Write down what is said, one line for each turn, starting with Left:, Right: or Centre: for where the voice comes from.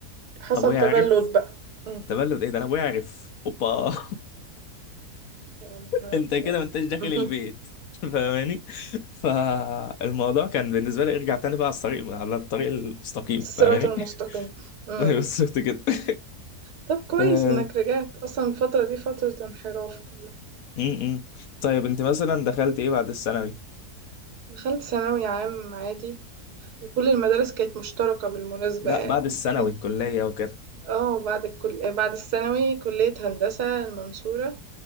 Right: حصل
Left: ابويا
Right: تبلّد
Left: عرف
Right: بقى، إمم،
Left: تبلد ايه ده انا ابويا عرف اوبا <laughs>
Right: يا نهار
Left: انت
Right: أبيض!
Left: كده ما انتش داخل
Right: <laughs>
Left: البيت
Right: اهم،
Left: <laughs> فاهماني فالموضوع كان بالنسبة لي ارجع تاني بقى على الطريق على الطريق المستقيم
Right: الصراط
Left: فاهماني
Right: المستقيم،
Left: <laughs>
Right: إمم،
Left: بس شفت كده <laughs>
Right: طب كويس
Left: آه،
Right: إنك رجعت، أصلًا الفترة دي فترة انحراف كلّها،
Left: م- م. طيب انت مثلا دخلت ايه بعد الثانوي
Right: دخلت ثانوي عام عادي وكل المدارس كانت مشتركة بالمناسبة
Left: لا
Right: يعني،
Left: بعد الثانوي
Right: <laughs>
Left: الكلية وكده
Right: آه، بعد الكل بعد الثانوي كلية هندسة المنصورة